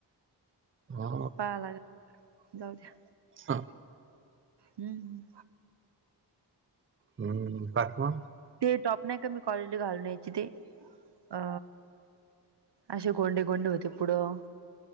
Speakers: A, on the right; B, on the right.
A: हा.
B: पाहा लागेल जाऊ दया
A: हा.
B: हम्म.
A: हम्म बाकी मग?
B: ते टॉप नाही का मी कॉलेजला घालून यायची ते अ असे गोंडे गोंडे होते पुढं